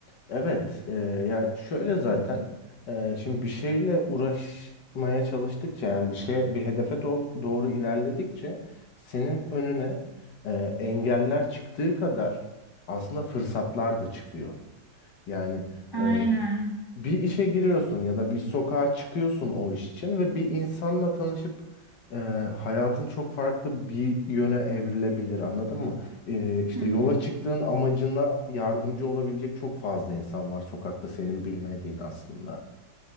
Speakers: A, on the left; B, on the right.
A: evet, e, ya şöyle zaten e, şimdi bir şeyle uğraşmaya çalıştıkça yani bir şeye bir hedefe do- doğru ilerledikçe senin önüne e, engeller çıktığı kadar aslında fırsatlar da çıkıyor. Yani
B: Aynen.
A: e, bir işe giriyorsun ya da bir sokağa çıkıyorsun o iş için ve bir insanla tanışıp e, hayatın çok farklı bir yöne evrilebilir anladın mı? E, işte
B: Hı hı.
A: yola çıktığın amacına yardımcı olabilecek çok fazla insan var sokakta senin bilmediğin aslında.